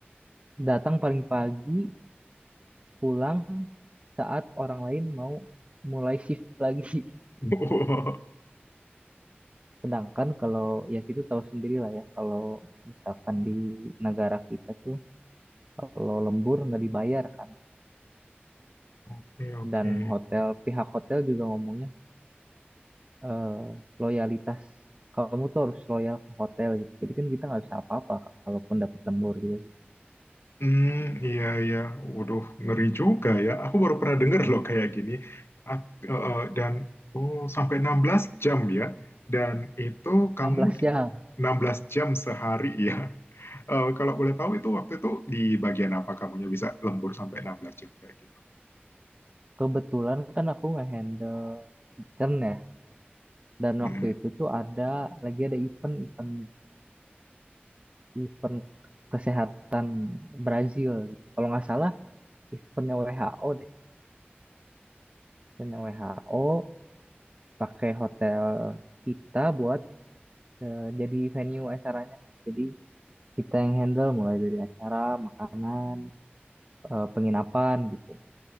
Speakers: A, on the right; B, on the left.
A: datang paling pagi, pulang saat orang lain mau mulai shift lagi.
B: <laughs>
A: <laughs> Sedangkan kalau ya gitu tahu sendiri lah ya, kalau misalkan di negara kita tuh kalau lembur nggak dibayar kan.
B: Oke, oke.
A: Dan hotel, pihak hotel juga ngomongnya eh, loyalitas kamu tuh harus loyal ke hotel gitu. Jadi kan kita nggak bisa apa-apa kalaupun dapet lembur juga gitu.
B: Hmm, iya iya, waduh ngeri juga ya. Aku baru pernah dengar loh kayak gini. Ap- eh, eh, dan oh sampai 16 jam ya. Dan itu kamu
A: enam belas
B: di-
A: jam.
B: 16 jam sehari ya. <laughs> Eh, kalau boleh tahu itu waktu itu di bagian apa kamunya bisa lembur sampai 16 jam kayak gitu.
A: Kebetulan kan aku nggak handle CERN ya. Dan
B: Mm-mm.
A: waktu itu tuh ada lagi ada event event event kesehatan Brazil gitu. Kalau nggak salah eventnya WHO deh. Eventnya WHO pakai hotel kita buat eh, jadi venue acaranya. Jadi kita yang handle mulai dari acara, makanan, eh, penginapan gitu.